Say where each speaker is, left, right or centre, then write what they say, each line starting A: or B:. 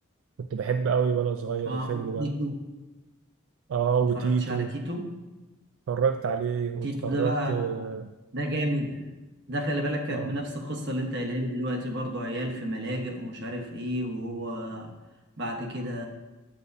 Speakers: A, on the right; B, on the right.
A: كنت بحب أوي وأنا صغير
B: آه
A: الفيلم
B: وتيتو
A: ده آه
B: ما
A: وتيتو
B: اتفرجتش على تيتو
A: اتفرجت عليه واتفرجت
B: تيتو ده بقى
A: آه
B: ده جامد ده خلي بالك كانت
A: آه،
B: بنفس القصة اللي انت قايلها لي دلوقتي برضو عيال في ملاجئ ومش عارف ايه وهو بعد كده